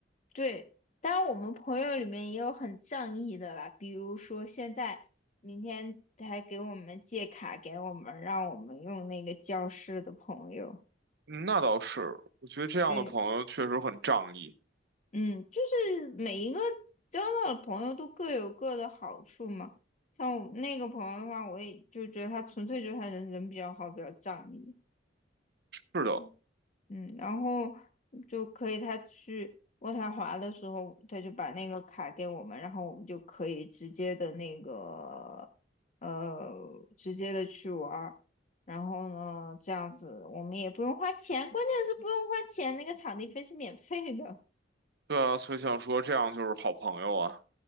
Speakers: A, on the left; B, on the right.
A: 对。当然，我们朋友里面也有很仗义的啦，比如说现在明天还给我们借卡给我们，让我们用那个教室的朋友。
B: 嗯那倒是，我觉得这样的朋友确实很仗义。
A: 对。嗯，就是每一个交到的朋友都各有各的好处嘛。像我那个朋友的话，我也就觉得他纯粹就是他人人比较好，比较仗义。
B: 是的，
A: 对，嗯，然后就可以他去渥太华的时候，他就把那个卡给我们，然后我们就可以直接的那个呃直接的去玩儿。然后呢，这样子我们也不用花钱，关键是不用花钱，那个场地费是免费的。
B: 对啊，所以想说这样就是好朋友啊。